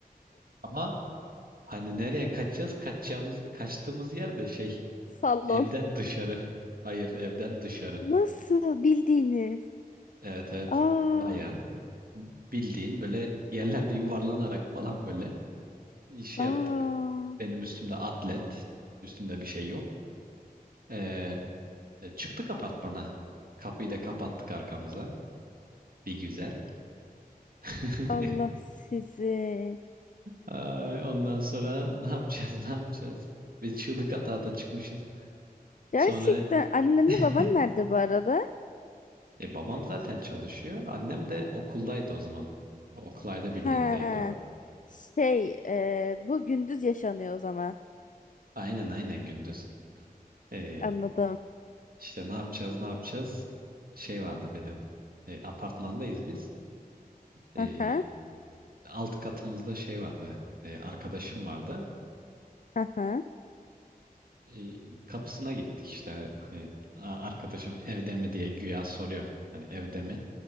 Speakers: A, on the right; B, on the left.
A: Ama hani nereye kaçacağız? Kaçacağımız kaçtığımız yer de şey
B: Salon.
A: evden dışarı. Hayır evden dışarı.
B: Nasıl bildiğiniz?
A: Evet evet.
B: Aa,
A: Bayağı bildiğin böyle yerlerde yuvarlanarak falan böyle şey
B: aa.
A: yaptık. Benim üstümde atlet. Üstümde bir şey yok. Ee, E, çıktık apartmana. Kapıyı da kapattık arkamıza. Bir güzel. <laughs>
B: Allah sizi.
A: Ay, ondan sonra <laughs> ne yapacağız ne yapacağız? Biz çığlık ata ata çıkmışız.
B: Gerçekten
A: Sonra
B: annenle
A: <laughs>
B: baban nerede bu arada?
A: e, babam zaten çalışıyor. Annem de okuldaydı o zaman. O, okul aile
B: Ha,
A: birliğindeydi o.
B: şey e, bu gündüz yaşanıyor o zaman.
A: Aynen aynen gündüz. E,
B: Anladım.
A: işte ne yapacağız ne yapacağız? Şey vardı benim. E, apartmandayız biz. E,
B: Aha,
A: alt katımızda şey vardı. E, arkadaşım vardı.
B: aha.
A: e, kapısına gittik işte hani "Aa, arkadaşım evde mi diye güya soruyorum. Hani evde mi